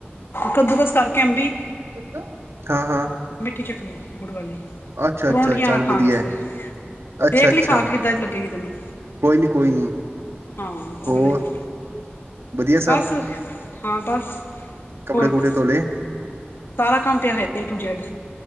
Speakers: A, on the left (about 65°); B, on the right (about 85°).
A: ਕੱਦੂ ਕਸ ਕਾਰਕੇ ਅੰਬੀ
B: <unintelligible> ਹਾਂ, ਹਾਂ।
A: ਮਿੱਠੀ ਚਟਨੀ ਗੁੜ ਵਾਲੀ,
B: ਅੱਛਾ
A: ਪਰੋਂਠੀਆਂ
B: ਅੱਛਾ ਚੱਲ
A: ਨਾਲ ਖਾਨ
B: ਵਧੀਆ
A: ਆਸਤੇ
B: ਹੈ। ਅੱਛਾ
A: ਦੇਖ
B: ਅੱਛਾ
A: ਲਈ ਖਾਕੇ ਕਿਦਾਂ ਦੀ ਲੱਗੇਗੀ ਤੈਨੂੰ,
B: ਕੋਈ ਨੀ ਕੋਈ ਨੀ
A: ਹਾਂ ਓ
B: ਹੋਰ
A: ਬਨਾਈ ਏ।
B: ਵਧੀਆ ਸਭ
A: ਬਾੱਸ ਹਾਂ ਬਾੱਸ,
B: ਕੱਪੜੇ
A: ਹੋਰ‌
B: ਕੁਪੜੇ
A: <unintelligible>
B: ਧੋਲੇ
A: ਸਾਰਾ ਕਾੰਮ ਪੇਆ ਹੈ ਏ ਟੂ ਜੈੱਡ,